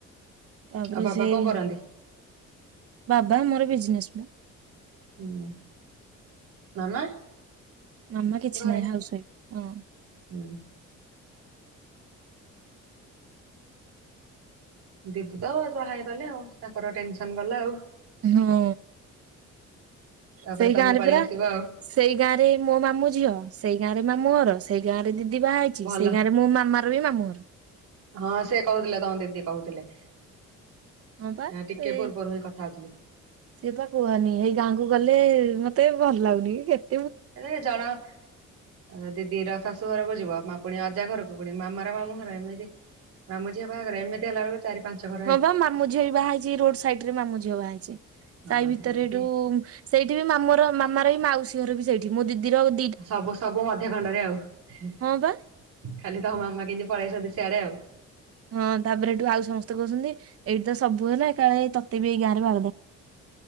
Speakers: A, on the right (about 50°); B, on the right (about 85°).
A: ତାପରେ
B: ଆଉ ବାବା
A: ସେଇ
B: କଣ କରନ୍ତି?
A: ବାବା ମୋର ବିଜିନେସ ମେ।
B: ହୁଁ ମାମା?
A: ମାମା କିଛି
B: ଘରେ
A: ନାହିଁ ହାଉସ ୱାଇଫ୍ ହଁ।
B: ହୁଁ ଦିଦି ତ ଯାହାହେବା ଗଲେ ଆଉ ତାଙ୍କର ଟେନସନ ଗଲା ଆଉ।
A: ହୁଁ
B: ତାପରେ
A: ସେଇ
B: ତମ
A: ଗାଁରେ
B: ପାଳି
A: ପୁରା।
B: ଆସିବ ଆଉ।
A: ସେଇ ଗାଁ ରେ ମୋ ମାମୁଁ ଝିଅ ସେଇ ଗାଁ ରେ ମାମୁଁ ଘର ସେଇ ଗାଁ ରେ ଦିଦି ବାହା ହେଇଛି।
B: ଭଲ
A: ଚିସି ସେଇ ଗାଁରେ ମୋ ମାମାର ବି ମାମୁଁ ଘର।
B: ହଁ ସେ କହୁଥିଲେ, ତମ ଦିଦି କହୁଥିଲେ।
A: ହଁ ବା
B: ଟିକେ
A: ସେଇ
B: ପୂର୍ବରୁ ହିଁ କଥା ହଉଥିଲି।
A: ସିଏ ବା କୁହନି, ଏଇ ଗାଁକୁ ଗଲେ ମତେ ଭଲ ଲାଗୁନି କେତ
B: ଏରେ ଜଣ ଅ ଦିଦି ର ଶାଶୁ ଘରକୁ ଯିବ, ମା ପୁଣି ଅଜା ଘରକୁ ପୁଣି ମାମାର ମାମୁଁ ଘର ଏମିତି ମାମୁଁ ଝିଅ ବାହାଘରେ ଏମିତି ହେଲା ବେଳକୁ ଚାରି ପାଞ୍ଚ ଘର୍
A: ହଁ ବା ମାମୁଁଝିଅ ଏଇ ବାହା ହେଇଛି ରୋଡ୍ ସାଇଟ୍ ରେ ମାମୁଁ ଝିଅ ବାହା ହେଇଛି
B: ହଁ
A: ସାହି ଭିତରେ
B: ଏମିତି।
A: ଏଠୁ ସେଇଠି ବି ମାମୁର ମାମାର ଏଇ ମାଉସି ଘର ବି ସେଇଠି, ମୋ ଦିଦିର ଆଦ
B: ହି ସବୁ ସବୁ ମଧ୍ୟ ଖଣ୍ଡରେ ଆଉ ହି
A: ହଁ ବା
B: ଖାଲି ତମ ମାମା କେମିତି ପଳେଇ ଆସିଛନ୍ତି ସିଆଡେ ଆଉ
A: ହଁ ତାପରେ ଏଠୁ ଆଉ ସମସ୍ତେ କହୁଛନ୍ତି ଏଇଠି ତ ସବୁ ହେଲା, ଏକାଳେ ଏଇ ତୋତେ ବି ଏଇ ଗାଁରେ। <unintelligible>